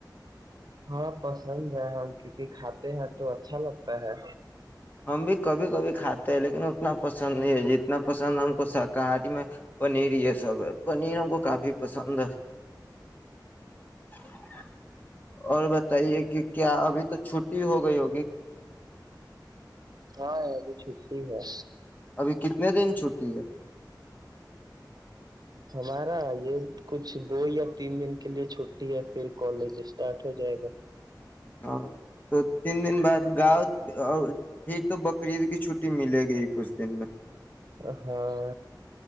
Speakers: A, on the right; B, on the left.
A: ہاں پسند ہے ہم کیونکہ کھاتے ہیں تو اچھا لگتا ہے
B: ہم بھی کبھی کبھی کھاتے ہیں لیکن اتنا پسند نہیں ہے جتنا پسند ہم کو شاکاہاری میں پنیر یہ سب ہے پنیر ہم کو کافی پسند <inaudible> اور بتائیے کہ کیا ابھی تو چھٹی ہو گئی ہوگی
A: ہاں ابھی چھٹی ہے
B: ابھی کتنے دن چھٹی ہے
A: ہمارا یہ کچھ دو یا تین دن کے لیے چھٹی ہے پھر کالج اسٹارٹ ہو جائے گا
B: ہاں تو تین دن بعد گاؤں اور پھر تو بقرعید کی چھٹی ملے گی کچھ دن میں
A: ہاں